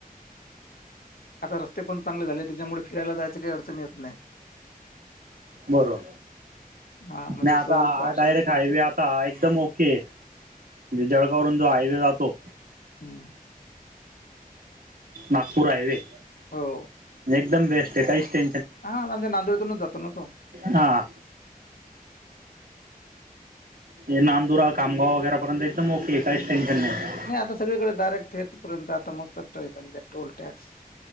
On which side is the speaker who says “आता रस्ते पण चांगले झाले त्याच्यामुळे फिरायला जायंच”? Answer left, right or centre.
Left